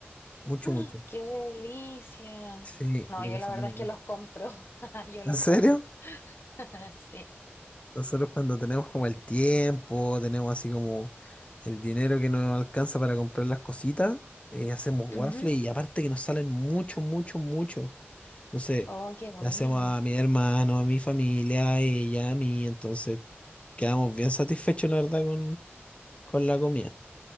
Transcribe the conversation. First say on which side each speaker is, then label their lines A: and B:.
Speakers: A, on the left; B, on the left.
A: mucho,
B: ¡Ah,
A: mucho.
B: qué delicia!
A: Sí,
B: No,
A: lo
B: yo
A: cocinamos
B: la verdad es que
A: harto.
B: los compro. <laughs> Yo
A: ¿En
B: los
A: serio?
B: compro. <laughs> Sí.
A: Nosotros cuando tenemos como el tiempo, tenemos así como el dinero que nos alcanza para comprar las cositas, eh, hacemos waffle
B: Ujú.
A: y aparte que nos salen mucho, mucho, mucho. Entonces,
B: Oh, qué buena.
A: le hacemos a mi hermano, a mi familia, a ella, a mí, entonces quedamos bien satisfechos, la verdad, con, con la comida.